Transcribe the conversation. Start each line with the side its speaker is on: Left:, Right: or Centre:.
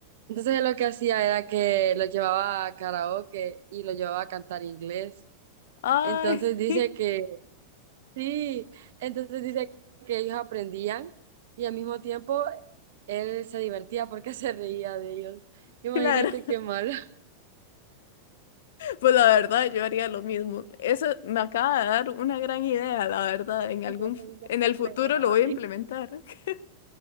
Right: Entonces él lo que hacía era que lo llevaba a karaoke y lo llevaba a cantar inglés.
Left: Ay,
Right: Entonces dice
Left: <laughs>
Right: que sí, entonces dice que ellos aprendían y al mismo tiempo él se divertía porque <laughs> se reía de ellos. Imagínate
Left: claro.
Right: qué malo. <laughs>
Left: Pues la verdad, yo haría lo mismo. Eso me acaba de dar una gran idea, la verdad. En algún,
Right: Y yo te
Left: fu-
Right: digo,
Left: en el futuro
Right: me río,
Left: lo
Right: mami.
Left: voy a implementar. <laughs>